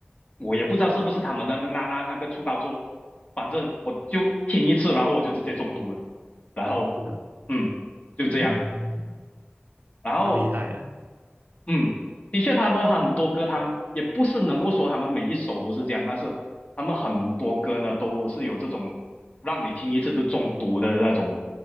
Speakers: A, on the left; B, on the right.
A: 我也不知道是不是他们的那那那那个出道作，反正我就听一次，然后我就直接中毒了。然后，
B: 是啊，
A: 嗯，就这样。
B: 嗯嗯，
A: 然后
B: 那么厉害啊，
A: 嗯，的确，他们很多歌，他们也不是能够说他们每一首都是这样，但是他们很多歌呢，都是有这种让你听一次就中毒的那种